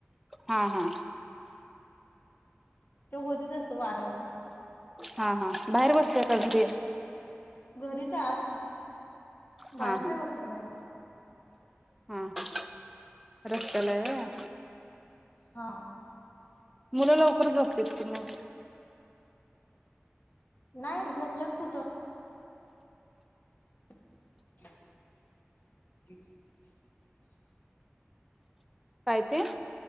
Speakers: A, in the centre; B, on the left.
A: हा हा.
B: ते होतच अस वाऱ्यामुळ
A: हा हा बाहेर बसले काय घरी आहे?
B: घरीचे आहे आत हाय. बाहेर
A: हा
B: नाही बसत बाई मी कुठ.
A: हा हा रस्त्याला हाय व्हय?
B: हा
A: मुलं लवकर झोपत्यात कि म
B: नाही झोपलेत कुठं <inaudible>
A: काय ते?